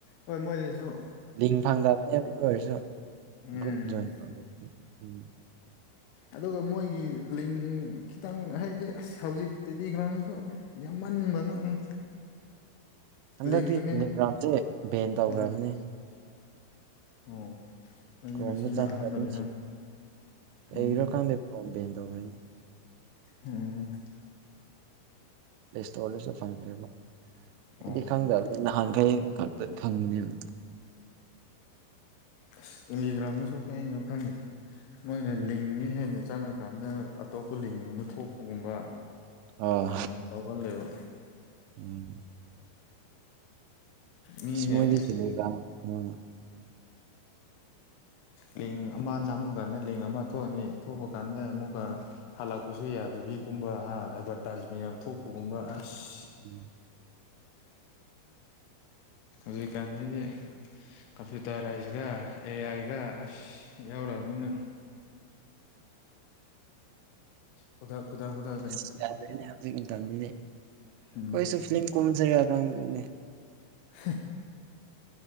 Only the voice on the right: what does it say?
ꯂꯤꯡ ꯐꯪꯗꯕꯅꯦ ꯑꯗꯨ ꯑꯣꯏꯔꯁꯨ
ꯒ꯭ꯔꯨꯞ ꯖꯟ ꯇ ꯎꯝ
ꯍꯟꯗꯛꯇꯤ
ꯇꯦꯂꯤꯒ꯭ꯔꯥꯝꯁꯦ ꯕꯦꯟ ꯇꯧꯈ꯭ꯔꯕꯅꯦ
ꯀ꯭ꯔꯣꯝꯗ
ꯆꯥꯉꯒ
ꯑꯗꯨꯝ ꯀꯩꯈ꯭ꯔꯀꯥꯟꯗ
ꯀꯣꯝ ꯄꯦꯟ ꯇꯧꯕꯣꯏꯅꯦ
ꯄ꯭ꯂꯦ ꯏꯁꯇꯣꯔꯗꯁꯨ ꯐꯪꯈ꯭ꯔꯦꯕ ꯑꯩꯗꯤ
ꯈꯪꯗꯕꯅꯦ ꯅꯍꯥꯟꯈꯩ ꯉꯇ ꯐꯪꯕꯅꯦꯕ
ꯎꯝ
ꯑꯣ
ꯎꯝ
ꯏꯁ ꯅꯣꯏꯗꯤ
ꯇꯤꯂꯤꯒꯔꯥꯝ ꯎꯝ
ꯎꯝ
ꯑꯁ ꯌꯥꯗꯣꯏꯅꯦ ꯍꯧꯖꯤꯛ ꯃꯇꯝꯗꯤ
ꯀꯈꯁꯨ ꯐꯤꯂꯝ ꯀꯨꯝꯁꯔ ꯈꯪꯗꯣꯏꯅꯦ